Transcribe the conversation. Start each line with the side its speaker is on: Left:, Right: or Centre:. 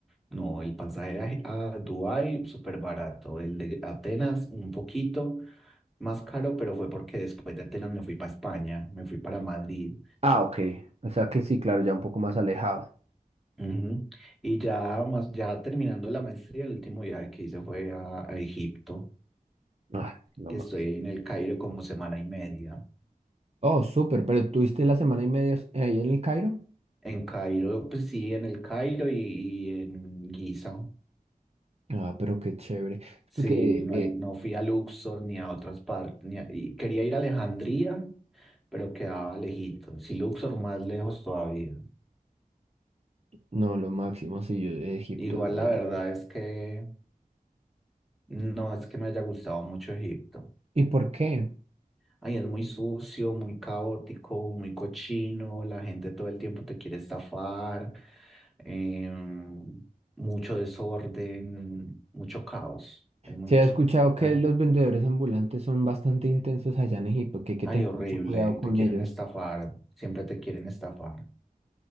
Centre: no, el pasaje a, a Dubái súper barato, el de Atenas un poquito más caro, pero fue porque después de Atenas me fui para España, me fui para Madrid.
Right: Ah, ok. O sea que sí, claro, ya un poco más alejado.
Centre: Ujú. Y ya, más, ya terminando la maestría, el último viaje que hice fue a, a Egipto,
Right: Ah, lo
Centre: que
Right: máximo.
Centre: estoy en el Cairo como semana y media.
Right: Oh, súper, pero ¿tuviste la semana y media ahí en el Cairo?
Centre: En Cairo, pues sí, en el Cairo y, y en Giza.
Right: Ah, pero qué chévere. Es
Centre: Sí,
Right: Porque,
Centre: no,
Right: eh,
Centre: he- no fui a Luxor ni a otras partes. ni a- y quería ir a Alejandría, pero quedaba lejito. Sí, Luxor más lejos todavía.
Right: no, lo máximo, sí, yo de Egipto,
Centre: Igual
Right: de
Centre: la
Right: verdad.
Centre: verdad es que no es que me haya gustado mucho Egipto.
Right: ¿Y por qué?
Centre: Ay, es muy sucio, muy caótico, muy cochino. La gente todo el tiempo te quiere estafar. em, mucho desorden, mucho caos. Es muy...
Right: Se
Centre: ch-
Right: ha escuchado que
Centre: ah,
Right: los vendedores ambulantes son bastante intensos allá en Egipto, que hay que
Centre: Ay,
Right: tener
Centre: horrible.
Right: mucho cuidado
Centre: Y
Right: con
Centre: te quieren
Right: ellos.
Centre: estafar. Siempre te quieren estafar.